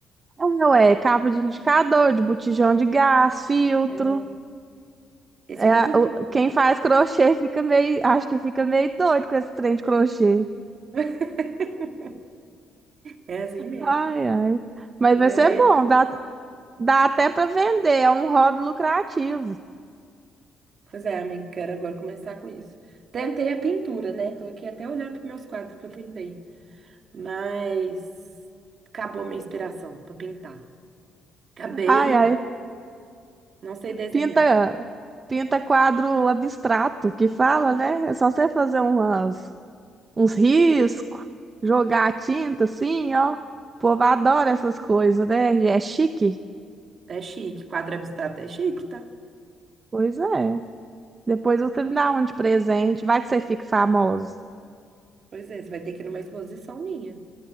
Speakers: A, on the right; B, on the right.
A: Não é, capa de liquidificador, de botijão de gás, filtro.
B: É, esse
A: É,
B: fica tudo
A: o-
B: com fio.
A: quem faz crochê fica meio, acho que fica meio doido com esse trem de crochê.
B: <laughs> É assim mesmo.
A: Ai, ai. Mas
B: Mas
A: vai ser
B: aí,
A: bom, dá, dá até para vender, é um hobby lucrativo.
B: pois é, amigo, quero agora começar com isso. Tentei a pintura, né? Tô aqui até olhando para meus quadros que eu pintei. Mas acabou a minha inspiração para pintar. Acabei,
A: Ai, ai.
B: não sei desenhar.
A: Pinta, pinta quadro abstrato, que fala, né? É só você fazer umas uns riscos, jogar a tinta assim, ó. O povo adora essas coisas, né? É chique.
B: É chique, quadro abstrato é chique, tá?
A: Pois é. Depois você me dá um de presente. Vai que você fique famoso.
B: Pois é, você vai ter que ir numa exposição minha.